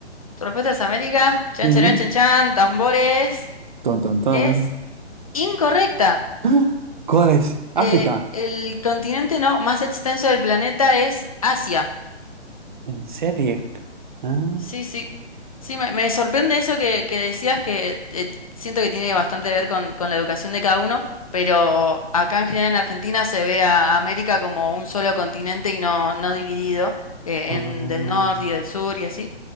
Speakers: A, on the left (about 30°); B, on the right (about 45°).
A: tu respuesta es América, chan,
B: Ujú.
A: chan, chan, chan, tambores,
B: Ton, ton, ton.
A: es incorrecta.
B: ¡Ah! ¿Cuál es? África.
A: Eh, el continente no, más extenso del planeta es Asia.
B: ¿En serio? Ah,
A: Sí, sí. Sí, me, me sorprende eso que, que decías que eh, siento que tiene bastante que ver con, con la educación de cada uno, pero acá en general en Argentina se ve a América como un solo continente y no, no dividido eh,
B: ah.
A: en del norte y del sur y así.